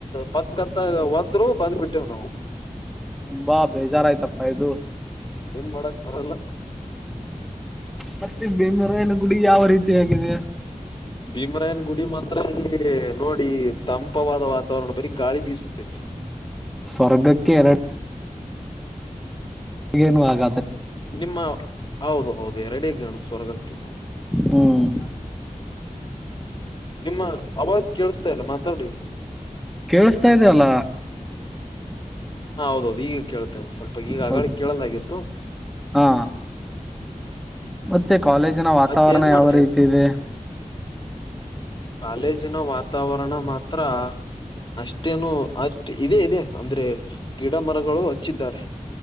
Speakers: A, on the left (about 35°); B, in the centre.
A: ಪಕ್ಕತ್ತ್ ಹೋದ್ರೂ ಬಂದ್ಬಿಟ್ಟೇವ್ ನಾವು.
B: ತುಂಬಾ ಬೇಜರ್ ಆಯ್ತಪ್ಪ ಇದು.
A: ಏನ್ ಮಾಡಕ್ ಬರಲ್ಲ.
B: ಮತ್ತೆ ಭೀಮರಾಯನ ಗುಡಿ ಯಾವ ರೀತಿಯಾಗಿದೆ.
A: ಭೀಮರಾಯನ ಗುಡಿ ಮಾತ್ರ ಇಲ್ಲಿ ನೋಡಿ ತಂಪವಾದ ವಾತಾವರಣ ಬರೀ ಗಾಳಿ ಬೀಸುತ್ತೆ.
B: ಸ್ವರ್ಗಕ್ಕೆ ಎರಡು ಏನು ಆಗ
A: ನಿಮ್ಮ ಹೌದು ಹೌದು ಎರಡೇ ಗೇಣು ಸ್ವರ್ಗಕ್ಕೆ.
B: ಹ್ಮ್
A: ನಿಮ್ಮ ಅವಾಜ್ ಕೇಳಸ್ತಾ ಇಲ್ಲ ಮತ್ತ್ ತ್ತಾಡಿ‌.
B: ಕೇಳಸ್ತಾ ಇದೆ ಅಲ್ಲ.
A: ಹಾ ಹೌದೌದು ಈಗ ಕೇಳ್ತಾ ಇದೆ ಸ್ವಲ್ಪ. ಈಗ
B: ಸ್ವಲ್ಪ್
A: ಅಗಳ ಕೇಳಲಾಗಿತ್ತು
B: ಹಾ ಮತ್ತೆ ಕಾಲೇಜಿನ ವಾತಾವರಣ
A: ಮತ್ತೆ ಏನ್
B: ಯಾವ
A: ಮಾಡ್ತಾ
B: ರೀತಿ
A: ಇದ್ರಿ
B: ಇದೆ.
A: ಕಾಲೇಜಿನ ವಾತಾವರಣ ಮಾತ್ರ ಅಷ್ಟೇನು ಅತ್ ಇದೆ ಇದೆ ಅಂದ್ರೆ ಗಿಡ ಮರಗಳು ಹಚ್ಚಿದ್ದಾರೆ.